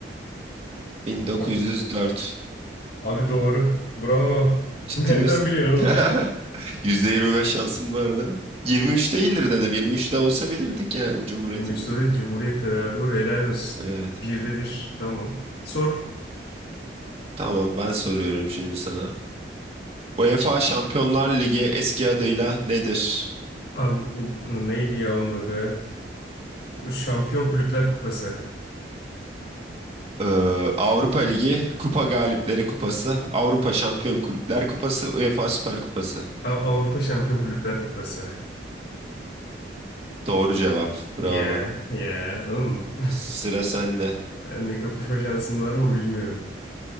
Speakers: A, on the right; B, on the left.
A: bin dokuz
B: Oo,
A: yüz dört.
B: Abi doğru. Bravo. <laughs>
A: Ciddi
B: Nereden
A: misin?
B: biliyorsun
A: <laughs>
B: oğlum?
A: %25 şansım vardı. 23 değildir dedim. 23 de olsa bilirdik yani Cumhuriyetimizin.
B: 23 soruya Cumhuriyet'le beraber doğru. Helal olsun.
A: Evet.
B: Birde bir. Tamam. Sor.
A: Tamam ben soruyorum şimdi sana. UEFA Şampiyonlar Ligi eski adıyla nedir?
B: Abi u- neydi ya onun adı? Şampiyon Kulüpler Kupası.
A: Ee, Avrupa Ligi, Kupa Galipleri Kupası, Avrupa Şampiyon Kulüpler Kupası, UEFA Süper Kupası.
B: A- Avrupa Şampiyon Kulüpler Kupası.
A: Doğru cevap.
B: Ya
A: Bravo.
B: ya oğlum
A: Sıra sende.
B: <laughs> benle kapışma şansın var mı bilmiyorum.